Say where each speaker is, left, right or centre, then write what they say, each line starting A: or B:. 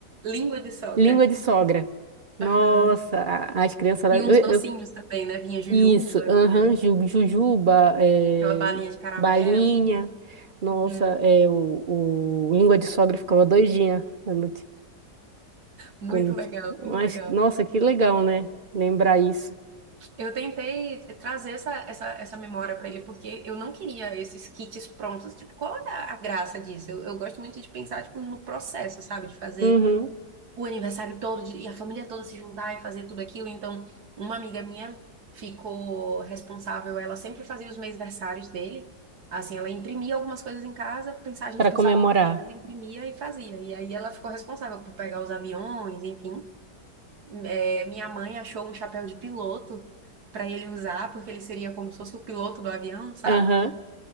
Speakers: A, on the right; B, on the right.
A: língua de sogra.
B: Língua de sogra. Nossa,
A: Aham.
B: a- as crianças lá.
A: E
B: Eu,
A: uns docinhos
B: eu-
A: também, né? Vinha jujuba,
B: isso, aham,
A: vinha
B: ju- jujuba, é,
A: aquela balinha de caramelo.
B: balinha. Nossa,
A: Uhum.
B: é, o, o língua de sogra ficava doidinha. quando t-
A: Muito
B: quando
A: legal,
B: t- Mas,
A: muito legal.
B: nossa, que legal, né? Lembrar isso.
A: Eu tentei trazer essa, essa, essa memória para ele, porque eu não queria esses kits prontos. Tipo, qual é a a graça disso? Eu, eu gosto muito de pensar, tipo, no processo, sabe? De fazer
B: Uhum,
A: o aniversário todo de- e a família toda se juntar e fazer tudo aquilo. Então, uma amiga minha ficou responsável, ela sempre fazia os mêsversários dele. Assim, ela imprimia algumas coisas em casa, pensava, a gente
B: para
A: pensava
B: comemorar.
A: no tema, ela imprimia e fazia. E aí ela ficou responsável por pegar os aviões, enfim. É, minha mãe achou um chapéu de piloto para ele usar, porque ele seria como se fosse o piloto do avião, sabe?
B: Aham.